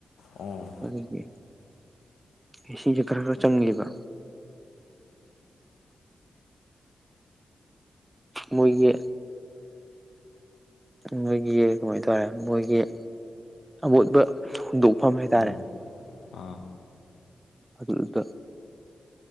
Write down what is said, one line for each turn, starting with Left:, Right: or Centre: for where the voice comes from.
Left: ꯎꯝ
Right: ꯑꯗꯨꯒꯤ ꯏꯁꯤꯡꯁꯦ ꯈꯔ ꯈꯔ ꯆꯪꯒꯤꯕ ꯃꯣꯏꯒꯤ ꯅꯣꯏꯒꯤ ꯀꯃꯥꯏ ꯇꯧꯔꯦ ꯃꯣꯏꯒꯤ ꯑꯃꯣꯠꯄ ꯍꯣꯡꯟꯗꯣꯛ ꯐꯝ ꯍꯥꯏꯇꯥꯔꯦ
Left: ꯎꯝ ꯑꯥ
Right: ꯑꯗꯨꯗ